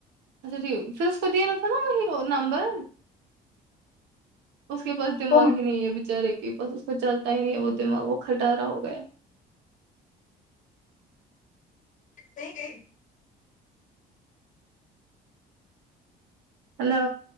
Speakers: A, on the right; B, on the left.
A: اچھا ٹھیک پھر اس کو دینا تھا نا وہی نا وہ نمبر اس کے پاس دماغ
B: تو
A: ہی نہیں ہے بچارے کے پاس تو چلتا ہی نہیں ہے وہ دماغ وہ کھٹارا ہو گیا
B: نہیں نہیں
A: ہلو